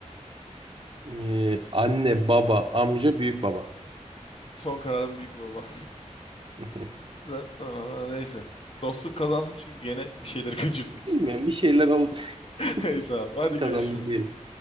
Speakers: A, on the right; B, on the left.
A: Ee, anne, baba, amca, büyük baba.
B: Son kararım büyük baba.
A: <laughs>
B: <laughs> Neyse. Dostluk kazansın çünkü gene bir şeyleri kaçırdım. muhtemelen.
A: Bilmiyorum bir şeyler oldu.
B: <laughs>
A: <laughs>
B: Neyse abi.
A: Sen
B: Hadi
A: kazandın
B: görüşürüz.
A: diyelim.